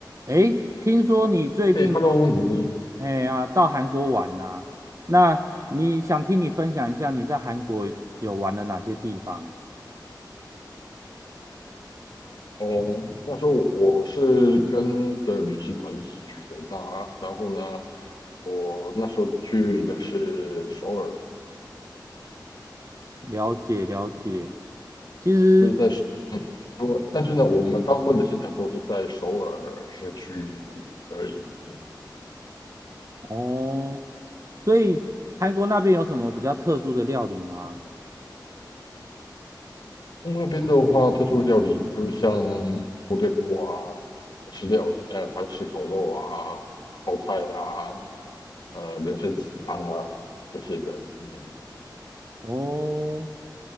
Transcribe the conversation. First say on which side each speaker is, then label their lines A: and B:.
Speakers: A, on the right (about 45°); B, on the left (about 65°).
A: 诶，听说你最近有
B: 哎，Hello，你
A: 哎呀到韩国玩呐、那你想听你分享一下你在韩国有玩了哪些地方？
B: 哦，那时候我是跟着旅行团一起去的。那然后呢，我那时候去的是首尔，
A: 了解了解。其实
B: 就是在嗯，我但是呢，我们大部分的行程都是在首尔市区而已。嗯，
A: 哦，所以韩国那边有什么比较特殊的料理吗？
B: 那边的话，特殊的料理就是像部队锅啊，吃料理，呃，韩式烤肉啊，泡菜啊，呃，人参鸡汤啊这些的。嗯，
A: 哦，